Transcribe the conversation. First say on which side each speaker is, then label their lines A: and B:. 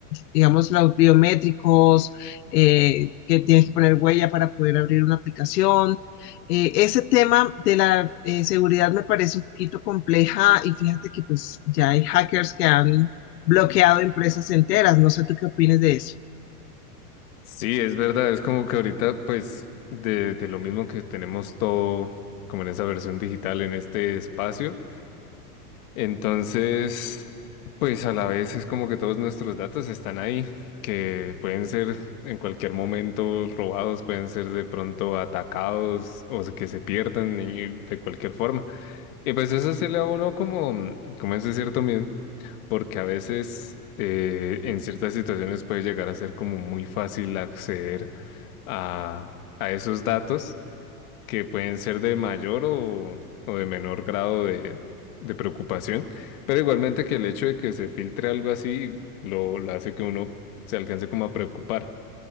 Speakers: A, on the left; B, on the left.
A: digamos, los biométricos, eh, que tienes que poner huella para poder abrir una aplicación. Eh, ese tema de la eh, seguridad me parece un poquito compleja y fíjate que pues ya hay hackers que han bloqueado empresas enteras. No sé tú qué opinas de eso.
B: Sí, es verdad, es como que ahorita, pues, de, de lo mismo que tenemos todo como en esa versión digital, en este espacio, entonces, pues a la vez es como que todos nuestros datos están ahí, que pueden ser en cualquier momento robados, pueden ser de pronto atacados o se- que se pierdan y de cualquier forma. Y pues eso se le a uno como, como ese cierto miedo, porque a veces... eh, en ciertas situaciones puede llegar a ser como muy fácil acceder a, a esos datos que pueden ser de mayor o, o de menor grado de, de preocupación, pero igualmente que el hecho de que se filtre algo así lo, lo hace que uno se alcance como a preocupar.